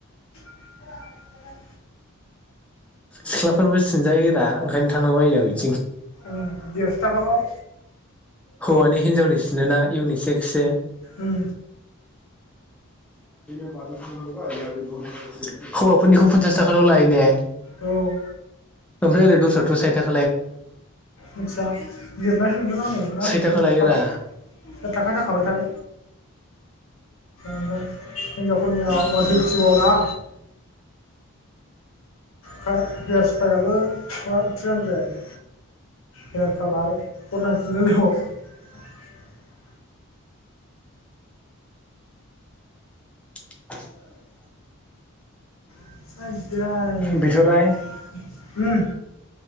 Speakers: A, on the left; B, in the centre.
A: <inaudible>
B: सिख्लाफोरबो सिनजायोरा ओंखायनो थांनो बायो आं बिदि
A: औ देरस'थागाबाव
B: हौवानि हिनजावनि सिनो ना इउनिसेक्सो
A: उम
B: <unintelligible> हौवाफोरनिखौ फनसास थाखाल' लायो ने।
A: औ।
B: ओेफाय ओरै दस्रा थ' सायद थाख
A: आदसा लिरनाय <unintelligible>
B: साइद थाखा लायोरा
A: थाखा जाखाबायथाय <unintelligible> हिनजावफोरनि आ जरा हो हेयारस्पायाबो टुना थ्रिहानद्रेद हेयार कालार फरनाय <unintelligible>
B: <inaudible>
A: <unintelligible> <unintelligible>
B: बिथ'राय
A: उम